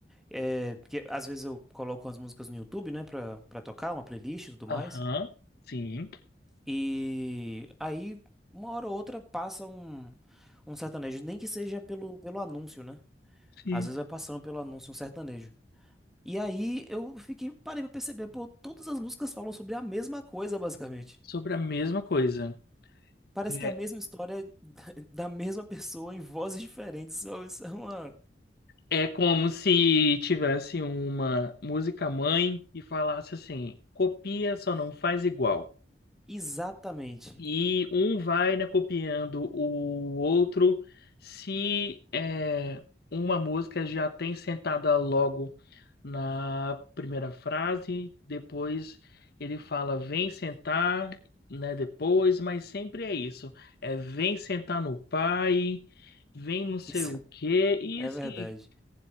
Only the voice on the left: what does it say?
Aham,
sim,
sim.
Sobre a mesma coisa.
É,
é como se tivesse uma música mãe e falasse assim, copia, só não faz igual.
e um vai, né, copiando o outro. Se é, uma música já tem sentada logo na primeira frase, depois ele fala vem sentar, né, depois, mas sempre é isso. É vem sentar no pai, vem não sei
o quê,
e
assim.